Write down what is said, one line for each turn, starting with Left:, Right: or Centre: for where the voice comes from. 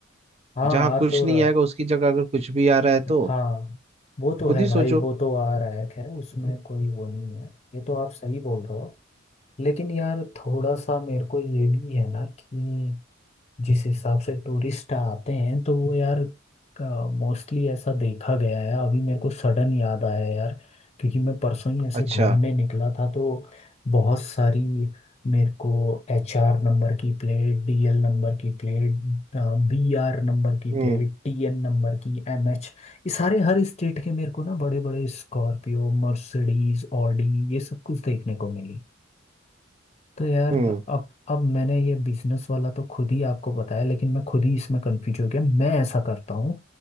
Left: हाँ
Right: जहाँ
Left: आ
Right: कुछ
Left: तो
Right: नहीं
Left: रहा
Right: आएगा उसकी जगह अगर कुछ भी आ रहा है तो
Left: हाँ वो तो
Right: खुद
Left: है
Right: ही
Left: भाई
Right: सोचो
Left: वो तो आ रहा है खैर उसमें कोई वो नहीं है ये तो आप सही बोल रहे हो लेकिन यार थोड़ा सा मेरे को ये भी है ना कि जिस हिसाब से टूरिस्ट आते हैं तो वो यार मोस्टली ऐसा देखा गया है अभी मेरे को सडन याद आया यार क्योंकि मैं परसों ही ऐसे
Right: अच्छा
Left: घूमने निकला था तो बहुत सारी मेरे को एच आर नंबर की प्लेट डी एल नंबर की प्लेट बी आर नंबर की
Right: हम्म
Left: प्लेट टी एन नंबर की एम एच ये सारे हर स्टेट के मेरे को ना बड़े बड़े स्कॉर्पियो मर्सिडीज ऑडी ये सब कुछ देखने को मिली तो यार
Right: हम्म
Left: अब अब मैंने ये बिजनेस वाला तो खुद ही आपको बताया लेकिन मैं खुद ही इसमें कंफ्यूज हो गया मैं ऐसा करता हूँ